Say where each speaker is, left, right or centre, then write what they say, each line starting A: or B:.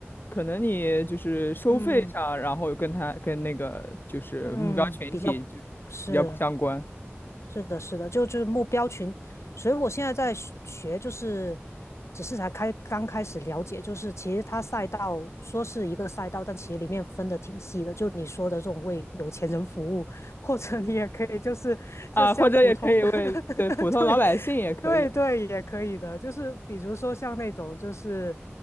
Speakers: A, on the left; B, on the left.
A: 可能你就是收费上，
B: 嗯
A: 然后跟他跟那个就是目标群体就比较相关
B: 嗯，比较是。是的，是的，就就是目标群，所以我现在在学，学就是只是才开刚开始了解，就是其实它赛道说是一个赛道，但其实里面分的挺细的，就你说的这种为有钱人服务，或者你也可以就是就像普通
A: 啊，或者也可以为对普通老百姓也可以
B: <laughs>，对对对，也可以的，就是比如说像那种就是